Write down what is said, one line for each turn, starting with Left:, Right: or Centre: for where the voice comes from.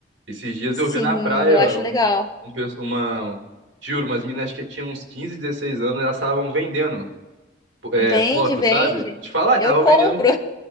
Right: Esses dias
Left: Sim,
Right: eu vi na praia
Left: eu acho
Right: um,
Left: legal.
Right: um pe- uma. Juro, umas meninas que tinham uns 15, 16 anos, elas estavam vendendo é,
Left: Vende,
Right: foto,
Left: vende.
Right: sabe? Te falar, estavam
Left: Eu compro.
Right: vendendo